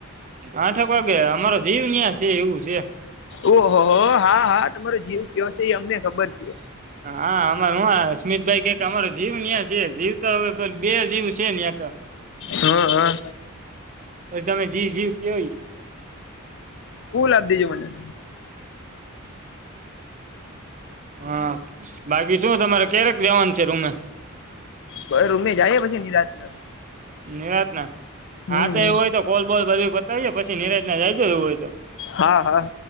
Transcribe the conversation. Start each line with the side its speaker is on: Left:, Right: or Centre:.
Right: આઠક વાગે અમારો જીવન્યા છે એવું છે.
Left: ઓહ હો હા હા તમારો જીવ કયો છે એ અમને ખબર છે.
Right: હા અમાર હું સુમિતભાઈ કક અમારો જીવ ન્યાં છે જીવ. તો હવે બે જીવ છે ન્યા તો
Left: હા હા.
Right: બછી તમે જીવ જીવ કેય.
Left: કુલદ દીજું મનેલ.
Right: હા બાકી શું તમારે ક્યારેક જવાનું છે રૂમે?
Left: બ ઉમે જઈ પછી ની રાતના.
Right: નિરાતના,
Left: હમ
Right: હા તો એવું હોય તો કોલ બોલ બધું બતાવીએે પછી નિરાતના જાયજો એવું હોય તો.
Left: હા હા.